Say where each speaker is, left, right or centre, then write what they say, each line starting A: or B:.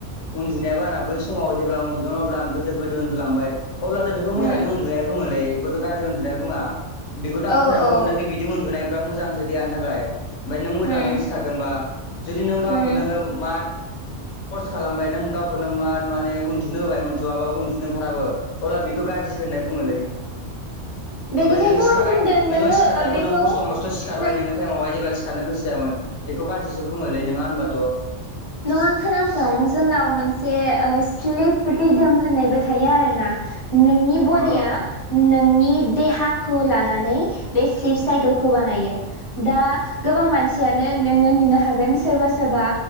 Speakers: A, on the left; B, on the left.
A: उन्दुनायाबो आना बै समाव जेब्ला उन्दुदों अब्ला आं गोदो गोदो उन्दुलांबाय अब्ला जों बेखौ
B: होम
A: मोजाङै उन्दुनाय बुङोलै। खौथ' गाज्रि उन्दुनाय बुङा बेखौथ' आं
B: औ
A: खोनानोबो
B: औ
A: मोनदों दि बिदि उन्दुनाय फोरा मोजांसो देहानि थाखाय ओमफ्राय नों मोजाङै
B: होम
A: सिखारदोंबा जुदि नों गावखौनो
B: होम
A: मा कर्स खालामबाय नों गावखौनो मा माने उन्दुनो होबाय उन्दुआबाबो उन्दुनो ओंखाराबो अब्ला बेथ' गाज्रिसो होनना बुङोलै।
B: बेनिखायनोथ'
A: ओमफ्राय नों सिखारनाय
B: आं बुंदों
A: नोङो सिखारनायखौ
B: ओ बेखौ
A: नों खस्थ' मस्थ' सिखारबाय
B: खोनासं
A: नों बे टाइमावहाय जेब्ला सि खारनो गोसो जायामोन बेखौ गाज्रिसो बुङोलै नङा होनबाथ'।
B: नङा खोनासं जोंनाव मोनसे ओ स्लिप रिदोम होननायबो थायो आरोना। नोंनि
A: औ
B: बडिया नोंनि देहा खौ लानानै बे स्लिप साइकेलखौ बानायो दा गोबां मानसियानो नोङो नेनो हागोन सोरबा सोरबा